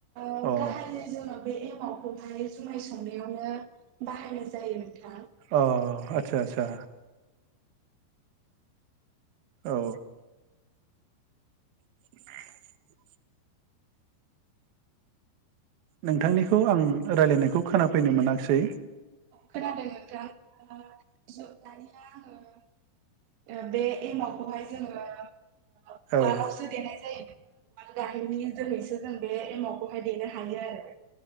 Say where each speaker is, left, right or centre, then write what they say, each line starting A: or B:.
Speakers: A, on the right (about 80°); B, on the right (about 65°).
A: ओ
B: अ
A: गाहायै जोङो बे एमा एमावखौहाय जुमाय संनायावनो बाहायनाय जायो नोंथां।
B: औ आदसा आदसा औ <inaudible> नोंथांनिखौ आं रायलायनायखौ खोनाफैनाय मोनाखिसै
A: खोनादों नोंथां दानिया आङो बे एमावखौहाय जोङो उवानावसो
B: औ
A: देनाय जायो उवाल गाहेयनि जोैसो जों बे एमावखौहाय देनो हायो आरो।